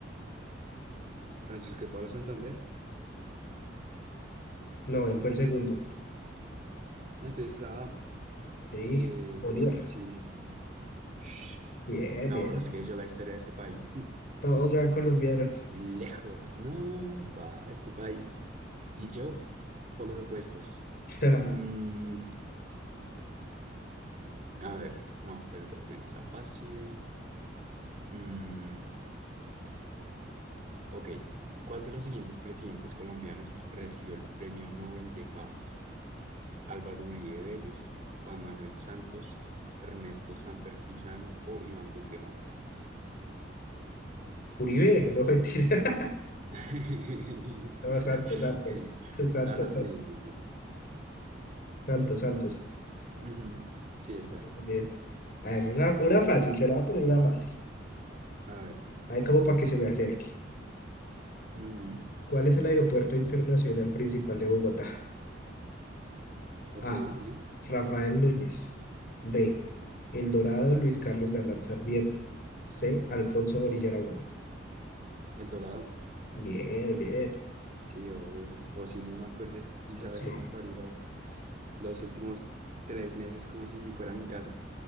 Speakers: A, on the right (about 40°); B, on the left (about 55°).
A: Francisco de Pablo Santander.
B: No, él fue el segundo.
A: Ah, entonces la A.
B: Sí,
A: Eh,
B: Bolívar.
A: sí, sí. sí. Shh.
B: Bien, bien.
A: No, bro, es que yo la historia de este país. mm,
B: Todo un gran colombiano.
A: Lejos. No, pa, este país. Y yo, por los opuestos.
B: <laughs>
A: Mm, a ver, no, pero también está fácil. Mm, ok. ¿Cuál de los siguientes presidentes colombianos recibió el Premio Nobel de Paz? Álvaro Uribe Vélez, Juan Manuel Santos, Ernesto Samper Pizano o Iván Duque Márquez.
B: Uribe, no mentira. <laughs>
A: <laughs>
B: No, Santos, Santos. <laughs> Santos,
A: Ajá, bien, bien, bien.
B: Santos, Santos.
A: Ujú, Sí, está
B: Bien.
A: bien.
B: bien. A ver, una, una fácil, se la va a poner una fácil.
A: A ver.
B: Ahí como para que se me acerque.
A: ujú,
B: ¿Cuál es el aeropuerto internacional principal de Bogotá?
A: Ok,
B: A.
A: sí.
B: Rafael Núñez. B. El Dorado Luis Carlos Galán, Sarmiento. C. Alfonso Bonilla Aragón.
A: El Dorado.
B: Bien, bien.
A: Sí, obvio. Imposible, no me acuerde. Pisaba
B: Sí.
A: ese mal parido los últimos tres meses como si fuera mi casa.